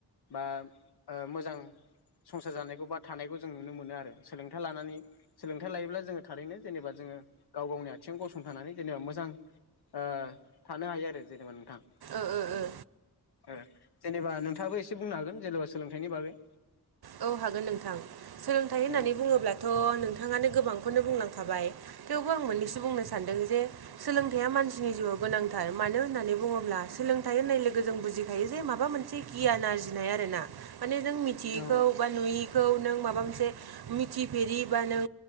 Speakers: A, on the left; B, on the right.
A: <unintelligible> ओ मोजां संसार जानायखौ बा थानायखौ जों नुनो मोनो आरो सोलोंथा लानानै सोलोंथाइ लायोब्ला जोङो थारैनो जेनेबा जोङो गाव गावनि आथिङाव गसंथानानै जेनेबा मोजां ओ थानो हायो आरो जेनेबा नोंथां।
B: ओ-ओ-ओ।
A: ओ जेनेबा नोंथाङाबो एसे बुंनो हागोन जेनेबा सोलोंथाइनि बागै।
B: औ हागोन नोंथां सोलोंथाइ होननानै
A: औ
B: बुङोब्लाथ' नोंथाङानो गोबांखौनो बुंलांखाबाय। थेवबो आं मोननैसो बुंनो सानदों जे सोलोंथाइया मानसिनि जिउआव गोनांथार मानो होननानै बुङोब्ला सोलोंथाइ होननाय लोगो जों बुजिखायो जे माबा मोनसे गियान आरजिनाय आरो ना माने जों मिथियैखौ
A: औ
B: बा नुयैखौ नों माबा मोनसे मिथिफेरि बा नों